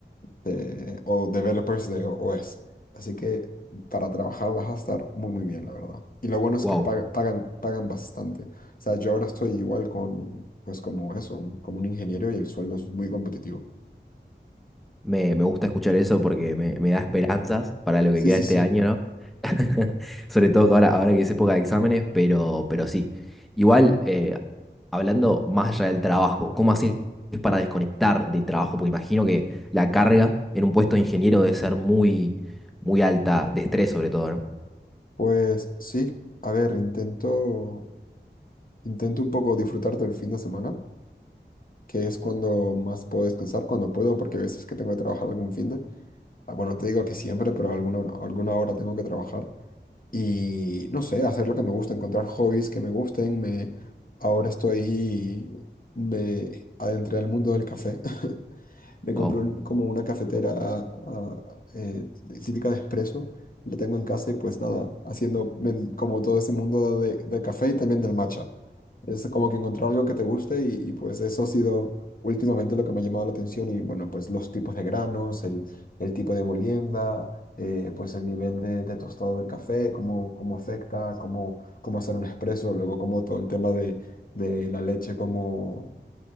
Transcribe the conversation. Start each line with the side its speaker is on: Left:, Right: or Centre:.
Left: de- o developers de OS. Así que para trabajar vas a estar muy, muy bien, la verdad. Y lo bueno es
Centre: Wow.
Left: que pag- pagan, pagan bastante. O sea, yo ahora estoy igual con, pues como eso, un- como un ingeniero y el sueldo es muy competitivo.
Centre: Me, me gusta escuchar eso porque me, me da esperanzas para lo
Left: Sí,
Centre: que queda
Left: sí,
Centre: este
Left: sí.
Centre: año, ¿no? <laughs> Sobre todo que ahora, ahora que es época de exámenes, pero, pero sí. Igual, eh, hablando más allá del trabajo, ¿cómo haces para desconectar del trabajo? Porque imagino que la carga en un puesto de ingeniero debe ser muy, muy alta, de estrés sobre todo, ¿no?
Left: Pues sí, a ver, intento, intento un poco disfrutar del fin de semana, que es cuando más puedo descansar, cuando puedo, porque a veces que tengo que trabajar algún fin de ah, bueno, no te digo que siempre, pero alguna, alguna hora tengo que trabajar. Y no sé, hacer lo que me gusta, encontrar hobbies que me gusten. Me, ahora estoy, me adentré al mundo del café. <laughs> Me compré
Centre: Wow.
Left: un- como una cafetera ah, eh, típica de espresso. La tengo en casa y pues nada, haciendo men- como todo ese mundo de, de café y también del matcha. Es como que encontrar algo que te guste y, y, pues eso ha sido últimamente lo que me ha llamado la atención y bueno, pues los tipos de granos, el, el tipo de molienda, eh, pues el nivel de, de tostado del café, cómo, cómo afecta, cómo, cómo hacer un espresso, luego como todo el tema de, de la leche, cómo